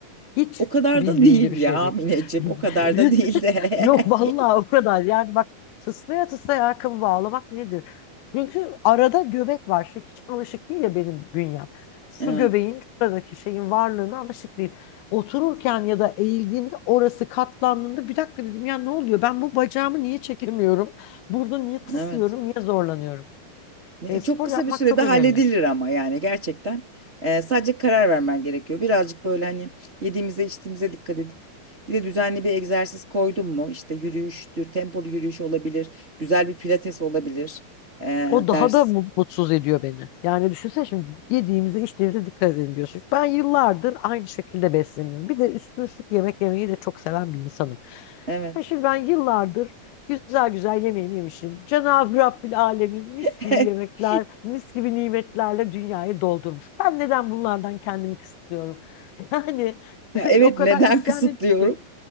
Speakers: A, on the left (about 85°); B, on the right (about 20°).
A: Hiç
B: O kadar
A: bildiğimde
B: da değil
A: bir
B: ya
A: şey değil.
B: Mineciğim.
A: <laughs>
B: O kadar da değil de.
A: Yok vallahi
B: <laughs>
A: o kadar. Yani bak tıslaya tıslaya ayakkabı bağlamak nedir? Çünkü arada göbek var. Şey, hiç alışık değil ya benim bünyem. Şu
B: Evet.
A: göbeğin, şuradaki şeyin varlığına alışık değil. Otururken ya da eğildiğimde orası katlandığında bir dakika dedim ya ne oluyor? Ben bu bacağımı niye çekemiyorum? Burada niye tıslıyorum?
B: Evet.
A: Niye zorlanıyorum?
B: Ne-
A: E,
B: e,
A: spor
B: Çok kısa
A: yapmak
B: bir sürede
A: çok
B: halledilir
A: önemli.
B: ama yani gerçekten. Ee, sadece karar vermen gerekiyor. Birazcık böyle hani yediğimize içtiğimize dikkat edip bir de düzenli bir egzersiz koydun mu? İşte yürüyüştür, tempolu yürüyüş olabilir, güzel bir pilates olabilir. Ee,
A: O daha
B: ders.
A: da mu- mutsuz ediyor beni. Yani düşünsene şimdi yediğimize içtiğimize dikkat edelim diyorsun. Ben yıllardır aynı şekilde besleniyorum. Bir de üstüne üstlük yemek yemeyi de çok seven bir insanım.
B: Evet.
A: Ya şimdi ben yıllardır güzel güzel yemeğimi yemişim. Cenab-ı Rabbil Alemin mis
B: <laughs>
A: gibi yemekler, mis gibi nimetlerle dünyayı doldurmuş. Ben neden bunlardan kendimi kısıtlıyorum? <laughs> Yani
B: Ya evet
A: o kadar
B: neden
A: isyan
B: kısıtlıyorum?
A: ediyorum ki.